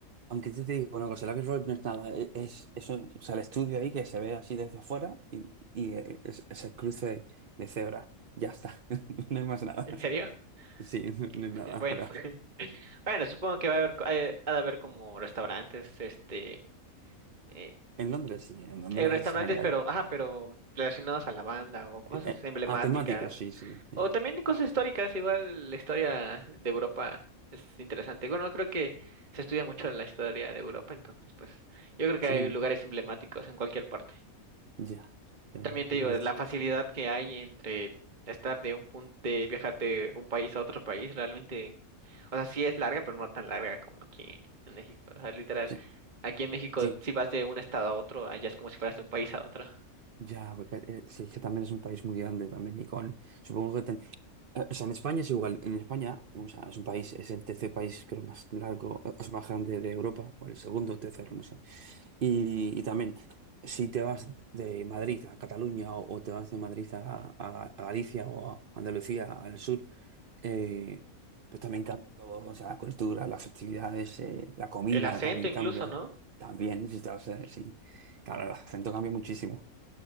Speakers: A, on the right; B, on the right.
A: Aunque yo te digo una cosa, el Abbey Road no es nada, e- es eso, o sea, el estudio ahí que se ve así desde afuera y, y eh, es, es el cruce de cebra, ya está, <laughs> no hay más nada.
B: ¿En serio?
A: Sí, no, no
B: <laughs>
A: hay nada
B: Bueno,
A: ahora.
B: <laughs> bueno, supongo que va a haber, co- eh, ha de haber como restaurantes, este, eh,
A: En Londres sí, en Londres
B: eh, restaurantes,
A: es genial.
B: pero, ajá, pero relacionados a la banda o cosas
A: Eh, eh,
B: emblemáticas
A: ah, temático, sí, sí, sí.
B: o también cosas históricas. Igual la historia de Europa es interesante. Bueno, creo que se estudia mucho la historia de Europa, entonces pues yo creo que
A: Sí,
B: hay lugares emblemáticos en cualquier parte.
A: ya. Eh,
B: También te
A: no
B: digo, es
A: es-
B: la facilidad que hay entre estar de un punto de viajar de un país a otro país, realmente, o sea, sí es larga, pero no tan larga como aquí en México, o sea, literal,
A: sí,
B: aquí en México
A: sí.
B: si vas de un estado a otro, allá es como si fueras de un país a otro.
A: Ya, porque eh, sí, es que también es un país muy grande también y con, supongo que, ten- eh, o sea, en España es igual, en España, o sea, es un país, es el tercer país creo más largo, eh, es más grande de Europa, o el segundo o tercero, no sé. Y, y también, si te vas de Madrid a Cataluña o, o te vas de Madrid a, a- a Galicia o a Andalucía al sur, eh, pues también cambia todo, o sea, la cultura, las festividades, eh, la comida
B: El acento
A: también
B: incluso,
A: cambia,
B: ¿no?
A: también, si te vas a, sí, claro, el acento cambia muchísimo